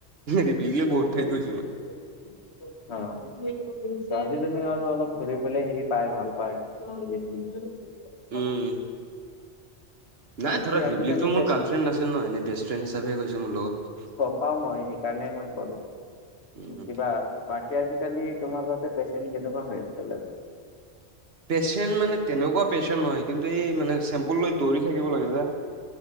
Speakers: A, on the left; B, on the right.
A: আহ
B: ৰিবলিক লৈ বহুত
A: ছোৱালীজনীক
B: ঠাইত গৈছো মই
A: আৰু অলপ ঘূৰি ফালে হেৰি পায় ভাল পায়। <unintelligible>
B: উম নাই
A: বাকী
B: ধৰা
A: আজিকালি
B: ৰিবলিটো
A: পেচেণ্ট
B: মোৰা গাৰ্লফ্ৰেণ্ড নাছিল ন এনে বেষ্ট ফ্ৰেণ্ড হিচাপে গৈছে মোৰ লগত।
A: পাওঁ। মই সেইকাৰণে মই কলোঁ
B: উম,
A: কিবা। বাকী আজিকালি তোমাৰ তাতে পেচেণ্ট কেনেকুৱা হৈ আছিল আৰু।
B: পেটেন্ট মানে তেনেকুৱা পেচেনট নহয়। কিন্তু এই মানে চেম্পুল লৈ দৌৰি থাকিব লাগে যে।